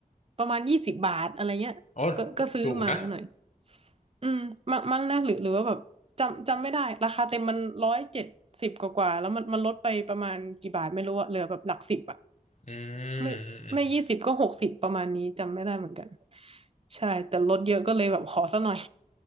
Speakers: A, on the right; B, on the left.
A: ประมาณยี่สิบบาทอะไรเงี้ยก็ก็ซื้อมาหน่อย
B: โอ้ถูกนะ
A: อืมมั่งมั่งนะหรือหรือว่าแบบจำจำไม่ได้ราคาเต็มมันร้อยเจ็ดสิบกว่าๆแล้วมันมันลดไปประมาณกี่บาทไม่รู้อะเหลือแบบหลักสิบอะ
B: อืมอืมอืม
A: ไม่ไม่ยี่สิบก็หกสิบประมาณนี้จำไม่ได้เหมือนกันใช่แต่ลดเยอะก็เลยแบบขอซะหน่อย